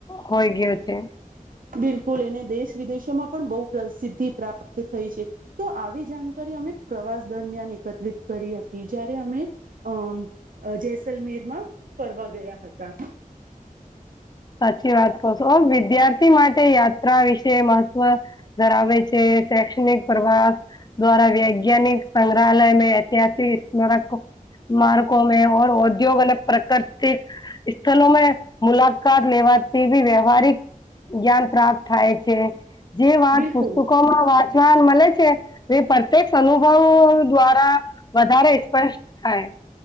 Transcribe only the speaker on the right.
બિલકુલ એને દેશ વિદેશોમાં પણ બહુ પ્રસિદ્ધિ પ્રાપ્ત થઈ છે તો આવી જાણકારી અમે પ્રવાસ દરમિયાન એકત્રિત કરી હતી જ્યારે અમે. અમ જેૈસલમેરમાં ફરવા ગયા હતા.
બિલકુલ